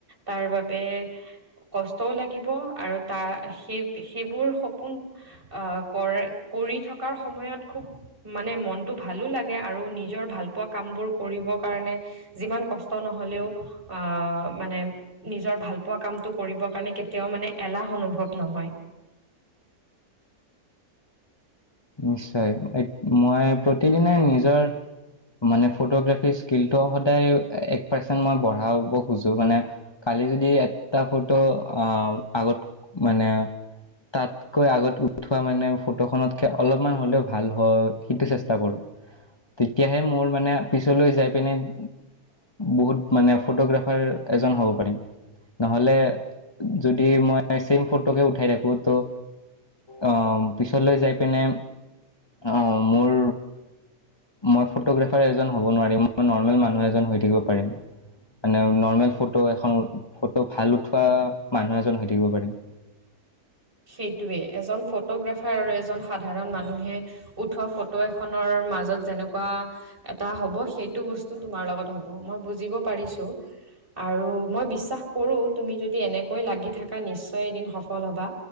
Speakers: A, on the right (about 35°); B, on the left (about 20°).
A: তাৰ বাবে কষ্টও লাগিব আৰু তাৰ সেই, সেইবোৰ সপোন আহ, কৰে কৰি থকাৰ সময়ত খুৱ মানে মনতটো ভালো লাগে আৰু নিজৰ ভাল পোৱা কাম বোৰ কৰিব কাৰণে যিমান কষ্ট নহলেও আহ, মানে নিজৰ ভাল পোৱা কামতটো কৰিবৰ কাৰণে কেতিয়াও মানে এলাহ অনুভৱ নহয়।
B: নিশ্চয়, মই প্ৰতিদিনে নিজৰ মানে ফ'টোগ্ৰাফীৰ স্কিলটো সদায় এক পাৰ্চেণ্ট মই বঢ়াব খোজোঁ মানে কালি যদি এটা ফ'টো আগত মানে তাতকৈ আগত উঠোৱা মানে ফটোখনত অলপমান হ'লেও ভাল হয় সেইটো চেষ্টা কৰোঁ। তেতিয়াহে মোৰ মানে পিছলৈ যাই পিনে আ', বহুত মানে ফটোগ্ৰাফাৰ এজন হ'ব পাৰিম। নহ'লে যদি মই ছেম ফ'টোকে উঠাই থাকো ত' আহ, পিছলৈ যাই পিনে আহ মোৰ মই ফ'টোগ্ৰাফাৰ এজন হ'ব নোৱাৰিম মই নৰ্মেল মানুহ এজন হৈ থাকিব পাৰিম। মানে নৰ্মেল ফ'টো এখন ফটো ভাল উঠোৱা মানুহ এজন হৈ থাকিব পাৰিম।
A: সেইটোৱে এজন ফ'টোগ্ৰাফাৰ আৰু এজন সাধাৰণ মানুহে উঠোৱা ফ'টো এখনৰ মাজত যেনেকুৱা এটা হ'ব সেইটো বস্তু তোমাৰ লগত হ'ব মই বুজিব পাৰিছোঁ। আৰু মই বিশ্বাস কৰোঁ, তুমি যদি এনেকৈ লাগি থাকা নিশ্চয় এদিন সফল হ'বা।